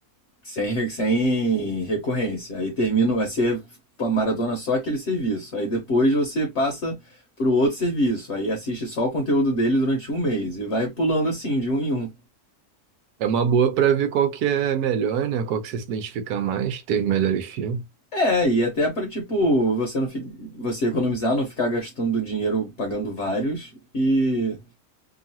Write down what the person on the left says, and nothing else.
Sem, re- sem recorrência. Aí termina, vai ser uma maratona só aquele serviço. Aí depois você passa para o outro serviço. Aí assiste só o conteúdo dele durante um mês e vai pulando assim, de um em um.
É, e até para tipo, você não fi- você economizar, não ficar gastando dinheiro pagando vários e,